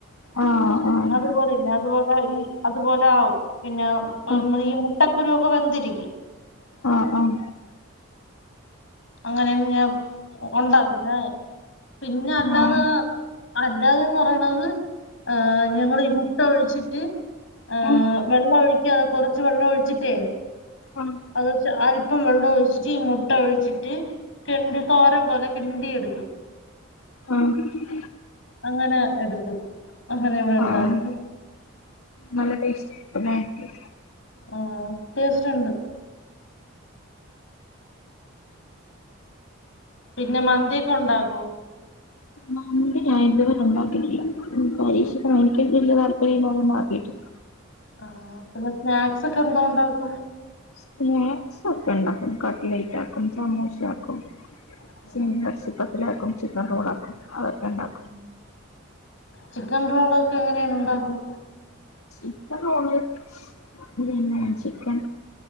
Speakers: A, on the left; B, on the left.
A: ആഹ് ആഹ്
B: അതുപോലെന്നെ അതുപോലെ ഈ അത് ഇത്പോലെ ആവും. പിന്നെ
A: ആഹ്
B: ഈ മുട്ടക്കുരു ഒക്കെ വെന്തിരിക്കും.
A: ആഹ് ആഹ്
B: അങ്ങനെയാണ് ഞാൻ ഉണ്ടാക്കുന്നേ പിന്നെ അല്ലാതെ
A: ആഹ്
B: അല്ലാതെന്ന് പറയണത് ഏഹ് ഞങ്ങളീ മുട്ട ഒഴിച്ചിട്ട് ഏഹ്
A: ആഹ്
B: വെള്ളം ഒഴിക്കാതെ കൊറച്ച് വെള്ളം ഒഴിച്ചിട്ടേ
A: ആഹ്
B: അത് ച് അല്പം വെള്ളം ഒഴിച്ചിട്ട് ഈ മുട്ട ഒഴിച്ചി ട്ട് കിണ്ടി തോരം പോലെ കിണ്ടിയെടുക്കും
A: ആഹ്
B: അങ്ങനെ എടുക്കും. അങ്ങനെ ഇവിടെ ഉണ്ടായിരുന്നു.
A: ആഹ് നല്ല ടേസ്റ്റ് ആയിരിക്കുംല്ലേ
B: ആഹ് ടേസ്റ്റ് ഉണ്ട്. പിന്നെ മന്തിയൊക്കെ ഉണ്ടാക്കോ?
A: മന് ഞാൻ ഇതുവരെ ഉണ്ടാക്കീട്ടില്ല. ഉം പരീക്ഷിക്കണം. എനിക്ക് വല്യ താല്പര്യം ഇല്ലാത്തോണ്ട് ആക്കിയിട്ടില്ല.
B: ആഹ്. പിന്നെ സ്നാക്സ് ഒക്കെ എന്തോ ഉണ്ടാക്കും?
A: സ്നാക്ക്സ് ഒക്കെ ഉണ്ടാക്കും. കട്ട്ലേറ്റ് ആക്കും സമോസയാക്കും.
B: ആ
A: സീനി എർച്ചി പത്തിരി ആക്കും ചിക്കൻ റോൾ ആക്കും അതൊക്കെ ഉണ്ടാ
B: ഉം. ചിക്കൻ റോളൊക്കെ എങ്ങനെയാണ് ഉണ്ടാക്കുന്നേ?
A: ചിക്കൻ റോള് പിന്നെ ചിക്കൻ